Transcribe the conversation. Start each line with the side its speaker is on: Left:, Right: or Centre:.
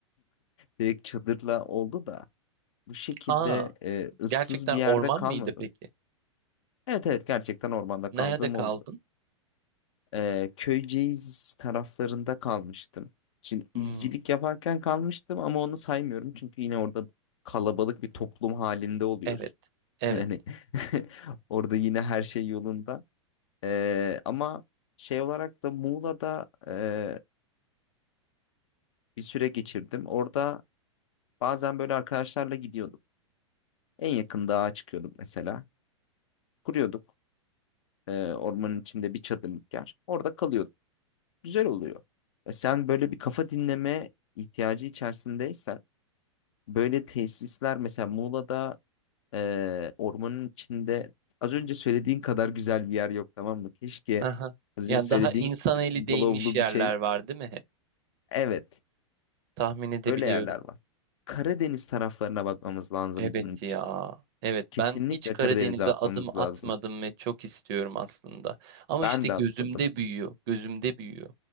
Left: direkt çadırla oldu da bu şekilde
Right: Aa,
Left: e, ıssız
Right: gerçekten
Left: bir yerde
Right: orman
Left: kalmadım.
Right: mıydı peki?
Left: Evet evet gerçekten ormanda kaldığım
Right: Nerede kaldın?
Left: oldu. E, Köyceğiz taraflarında kalmıştım. Şimdi
Right: Hmm,
Left: izcilik yaparken kalmıştım ama onu saymıyorum. Çünkü yine orada kalabalık bir toplum halinde oluyorsun.
Right: evet,
Left: <laughs>
Right: evet.
Left: Yani <laughs> orada yine her şey yolunda. Ee, ama şey olarak da Muğla'da e, bir süre geçirdim. Orada bazen böyle arkadaşlarla gidiyorduk. En yakın dağa çıkıyorduk mesela. Kuruyorduk e, ormanın içinde bir çadırlık yer. Orada kalıyorduk. Güzel oluyor. E, sen böyle bir kafa dinleme ihtiyacı içerisindeysen böyle tesisler mesela Muğla'da e, ormanın içinde az önce söylediğin kadar güzel bir yer yok tamam mı? Keşke
Right: Aha.
Left: az
Right: Yani
Left: önce söylediğin
Right: daha insan
Left: gibi böyle
Right: eli
Left: bungalovlu
Right: değmiş yerler
Left: bir şey.
Right: var, değil mi hep?
Left: Evet.
Right: Tahmin edebiliyorum.
Left: Öyle yerler var. Karadeniz taraflarına bakmamız lazım
Right: Evet
Left: bunun için.
Right: ya. Evet,
Left: Kesinlikle
Right: ben hiç Karadeniz'e
Left: Karadeniz'e bakmamız
Right: adım atmadım
Left: lazım.
Right: ve çok istiyorum aslında. Ama
Left: Ben
Right: işte
Left: de
Right: gözümde
Left: atladım.
Right: büyüyor, gözümde büyüyor.